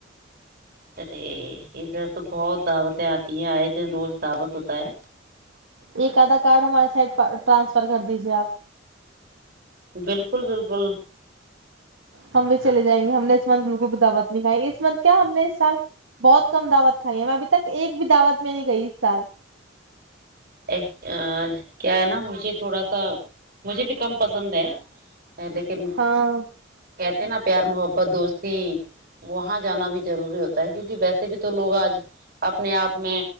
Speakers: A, on the right; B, on the right.
A: ارے ادھر تو بہت دعوتیں آتی آتی ہے آئے دن روز دعوت ہوتا ہے
B: ایک آدھا کارڈ ہمارے سائڈ ٹرانسفر کر دیجیے آپ
A: بالکل بالکل
B: ہم بھی چلے جائیں گے ہم نے اس منتھ بالکل بھی دعوت نہیں کھائی اس منتھ کیا ہم نے اس سال بہت کم دعوت کھائی ہے میں ابھی تک ایک بھی دعوت میں نہیں گئی اس سال
A: <inaudible> کیا ہے نا مجھے تھوڑا سا مجھے بھی کم پسند ہے لیکن
B: ہاں
A: کہتے ہیں نا پیار محبت دوستی وہاں جانا بھی ضروری ہوتا ہے کیونکہ ویسے بھی تو لوگ آج اپنے آپ میں